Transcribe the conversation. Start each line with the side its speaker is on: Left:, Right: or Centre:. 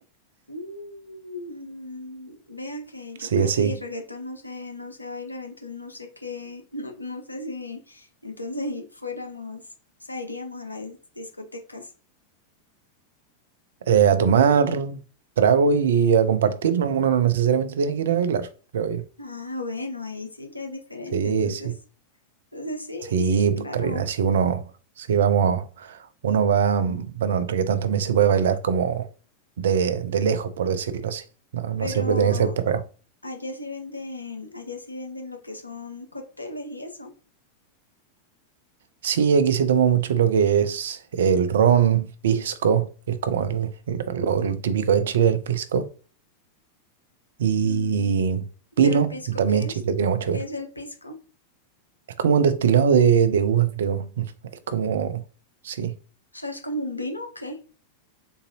Left: Mm, Vea que yo
Right: sí,
Left: casi
Right: así.
Left: reggaetón no sé, no sé bailar, entonces no sé qué, <laughs> no, no sé si entonces i- fuéramos, o sea, iríamos a las dis- discotecas.
Right: eh, a tomar trago y a compartir, ¿no? Uno no necesariamente tiene que ir a bailar, creo yo.
Left: Ah, bueno, ahí sí ya es diferente,
Right: Sí,
Left: entonces,
Right: sí.
Left: entonces sí,
Right: Sí,
Left: sí, claro,
Right: pues Karina, si uno, si vamos, uno va, mm, bueno, en reggaetón también se puede bailar como de, de lejos, por decirlo así. No, no
Left: pero
Right: siempre tiene que ser perreo.
Left: allá sí venden, allá sí venden lo que son cócteles y eso.
Right: Sí, aquí se toma mucho lo que es el ron, pisco, que es como el, el- lo, lo típico de Chile, el pisco, y
Left: Mm,
Right: pino,
Left: pero el pisco,
Right: también
Left: ¿qué es?
Right: Chile tiene mucho
Left: ¿Qué
Right: vino.
Left: es el pisco?
Right: Es como un destilado de, de uva, creo. <laughs> Es como, sí.
Left: O sea, ¿es como un vino o qué?